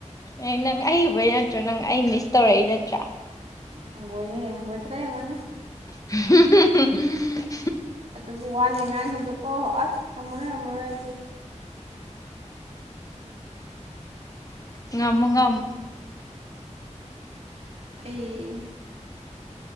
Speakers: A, on the left; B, on the right.
A: ꯑꯦ ꯅꯪ ꯑꯩ ꯎꯕꯩ ꯅꯠꯇ꯭ꯔꯣ ꯅꯪ ꯑꯩ ꯃꯤꯁ ꯇꯧꯔꯛꯏ ꯅꯠꯇ꯭ꯔꯥ
B: ꯍꯪꯒꯣꯏꯅꯦꯍꯦ ꯍꯪꯒꯣꯏꯇ꯭ꯔꯥ ꯌꯦꯡꯉꯣꯅꯦ
A: <unintelligible>
B: ꯑꯗꯨꯕꯨ ꯋꯥꯅꯤ ꯑꯉꯥꯡꯁꯤꯡꯗ ꯍꯣꯏ ꯍꯣ ꯑꯁ ꯉꯝꯃꯔꯣꯏ ꯉꯝꯃꯔꯣꯏ ꯑꯩꯁꯦ
A: ꯉꯃ ꯉꯃ
B: ꯇꯦ